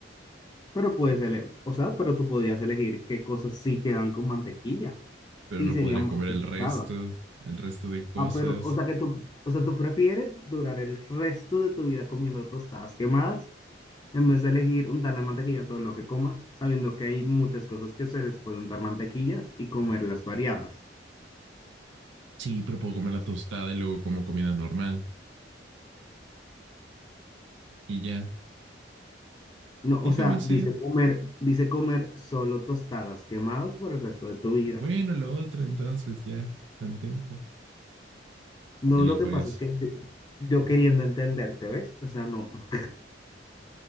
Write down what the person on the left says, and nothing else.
Pero puedes ele- o sea, pero tú podrías elegir qué cosas sí quedan con mantequilla
y
serían
más que
tostadas.
Ah, pero, o sea que tú, o sea, tú prefieres durar el resto de tu vida comiendo tostadas quemadas en vez de elegir untarle mantequilla a todo lo que comas, sabiendo que hay muchas cosas que se les puede untar mantequillas y comerlas variadas.
No,
o sea,
dice comer, dice comer solo tostadas quemadas por el resto de tu vida.
No,
lo
que pasa
es que yo, yo queriendo entenderte, ¿ves? O sea, no,